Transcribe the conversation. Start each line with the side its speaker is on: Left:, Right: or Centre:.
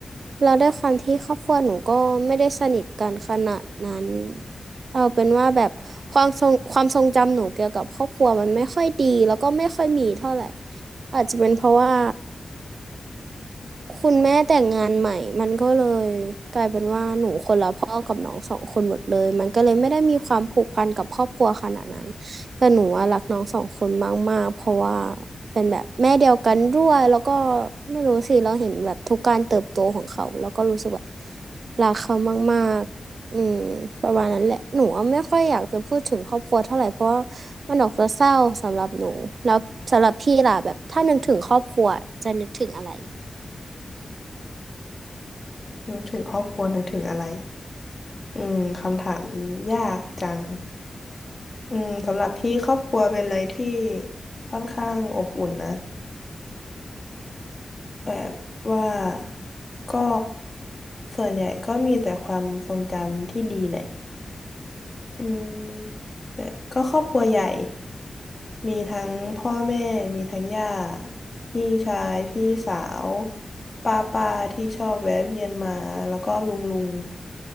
Right: เราได้วยความที่ครอบครัวหนูก็ไม่ได้สนิทกันขนาดนั้นเอาเป็นว่าแบบความทรงความทรงจำหนูเกี่ยวกับครอบครัวมันไม่ค่อยดีแล้วก็ไม่ค่อยมีเท่าไหร่อาจจะเป็นเพราะว่า คุณแม่แต่งงานใหม่มันก็เลยกลายเป็นว่าหนูคนละพ่อกับน้องสองคนหมดเลยมันก็เลยไม่ได้มีความผูกพันกับครอบครัวขนาดนั้นแต่หนูอะรักน้องสองคนมากๆเพราะว่าเป็นแบบแม่เดียวกันด้วยแล้วก็ไม่รู้สิเราเห็นแบบทุกการเติบโตของเขาแล้วก็รู้สึกแบบรักเขามากๆอืมประมาณนั้นแหละหนูอะไม่ค่อยอยากจะพูดถึงครอบครัวเท่าไหร่เพราะว่ามันออกจะเศร้าสำหรับหนูแล้วสำหรับพี่ล่ะแบบถ้านึกถึงครอบครัวจะนึกถึงอะไร
Left: นึกถึงครอบครัวนึกถึงอะไร อืมคำถามยากจังอืมสำหรับพี่ครอบครัวเป็นอะไรที่ค่อนข้างอบอุ่นนะแบบว่าก็ส่วนใหญ่ก็มีแต่ความทรงจำที่ดีแหละอืมแบบก็ครอบครัวใหญ่มีทั้งพ่อแม่มีทั้งย่าพี่ชายพี่สาวป้าป้าที่ชอบแวะเวียนมาแล้วก็ลุงลุง